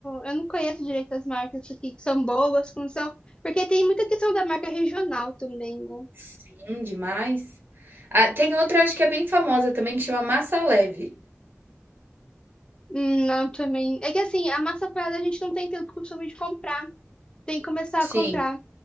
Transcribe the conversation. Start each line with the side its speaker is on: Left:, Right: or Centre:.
Left: eu não conheço direito as marcas aqui, que são boas, que não são. Porque tem muita questão da marca regional também, né?
Right: Sim, demais. Ah, tem outra acho que é bem famosa também que chama Massa Leve.
Left: Hum, Não, também. É que assim, a massa folhada a gente não tem tanto costume de comprar. Tem que começar
Right: Sim.
Left: a comprar.